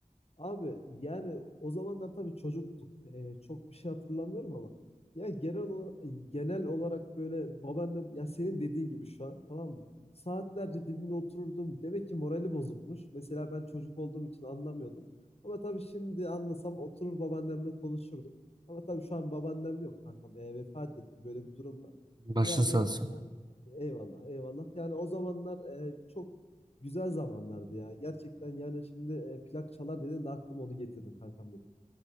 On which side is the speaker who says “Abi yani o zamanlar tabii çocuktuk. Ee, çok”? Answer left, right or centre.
Left